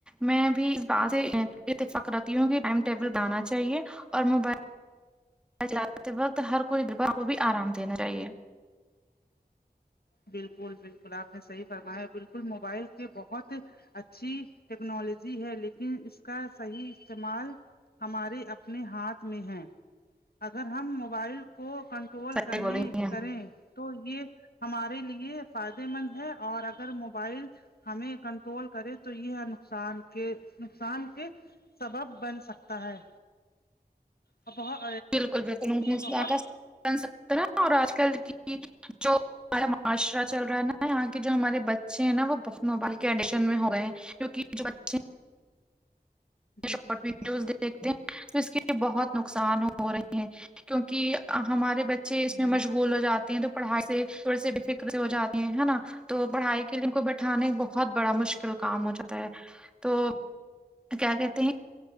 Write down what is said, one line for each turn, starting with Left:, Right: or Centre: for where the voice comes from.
Centre: میں بھی اس بات سے اتفقرتی ہوں کہ ٹائم ٹیبل دانا چاہیے اور موبائل چلاتے وقت ہر کوئی دربار کو بھی آرام دینا چاہیے
Left: بالکل بالکل آپ نے صحیح فرمایا بالکل موبائل کے بہت اچھی ٹیکنالوجی ہے لیکن اس کا صحیح استعمال ہمارے اپنے ہاتھ میں ہیں اگر ہم موبائل کو کنٹ توول
Centre: صحیح
Left: کرنے
Centre: بول رہی
Left: کریں تو یہ ہمارے لیے فائدے مند ہے اور اگر موبائل ہمیں کنٹرول کرے تو یہ ہے نقصان کے نقصان کے سبب بن سکتا ہے بہت
Centre: بالکل بالکل
Left: بہت
Centre: آ نسرح اور آج کل کی جو ہمارا معاشرہ چل رہا ہے نا یہاں جو ہمارے بچے ہیں نا وہ بہت موبائل کے ایڈیشن میں ہو گئے ہیں کی جو بے
Left: جی
Centre: شارٹ ویڈیوز دیکھتے ہیں تو اس کی بہت نقصان ہو رہے ہیں کیونکہ ہمارے بچے اس
Left: جی
Centre: میں
Left: جی
Centre: مشغول ہو جاتے ہیں تو پڑھائی سے تھوڑے س ڈفک ہو جاتی ہیں نا تو پڑھائی کے لیے ان کو بیٹھانے ب بہت بڑا مشکل کام ہو جاتا ہے تو کیا کہتے ہیں